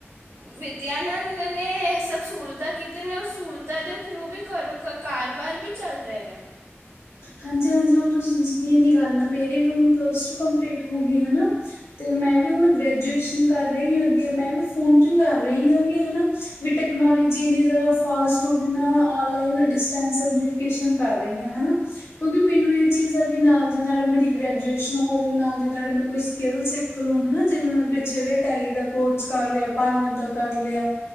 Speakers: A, on the right; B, on the left.
A: ਵਿੱਦਿਆਲ <unintelligible> ਨਾਲ ਉਹਨਾਂ ਨੇ ਇਹ ਸਭ ਸਹੂਲਤਾਂ ਕੀਤੀਆਂ ਨੇ ਉਹ ਸਹੂਲਤਾਂ ਦੇ ਥਰੂ ਵੀ ਘਰੋਂ ਘ ਕਾਰਬਾਰ ਵੀ ਚੱਲ ਰਹੇ ਨੇ।
B: ਹਾਂਜੀ-ਹਾਂਜੀ ਹੁਣ ਤੁਸੀਂ ਯਕੀਨ ਨਹੀਂ ਕਰਨਾ ਮੇਰੀ ਵੀ ਹੁਣ ਪਲਸ ਟੂ ਕੰਪਲੀਟ ਹੋਗੀ ਹਨਾ। ਤੇ ਮੈਂ ਵੀ ਹੁਣ ਗ੍ਰੈਜੂਏਸ਼ਨ ਕਰ ਰਹੀ ਹਾਂ ਅੱਗੇ ਮੈਂ ਵੀ ਫੋਨ ਤੋਂ ਹੀ ਕਰ ਰਹੀ ਹਾਂਗੀ ਹਨਾ। ਵੀ ਟੈਕਨੋਲੋਜੀ ਇੰਨੀ ਜ਼ਿਆਦਾ ਫਾਸਟ ਹੋ ਗਈ ਮੈਂ ਹੁਣ ਨਲਾਈਨ ਡਿਸਟੈਂਸ <unintelligible> ਕਰ ਰਹੀ ਹਾਂ ਹਨਾ। ਕਿਉਂਕਿ ਮੈਨੂੰ ਇਹ ਚੀਜ਼ ਦਾ ਵੀ ਨਾਲ ਦੇ ਨਾਲ ਮੇਰੀ ਗ੍ਰੈਜੂਏਸ਼ਨ ਹੋਜੇ ਨਾਲ ਦੀ ਨਾਲ ਮੈਂ ਕੋਈ ਸਕਿਲ ਸਿੱਖ ਲੋ ਹਨਾ ਜਿਵੇਂ ਮੈਂ ਪਿੱਛੇ ਦੇ ਟੈਲੀ ਦਾ ਕੋਟਸ ਕਰ ਲਿਆ, ਪਾਰਲਰ ਦਾ ਕਰ ਲਿਆ।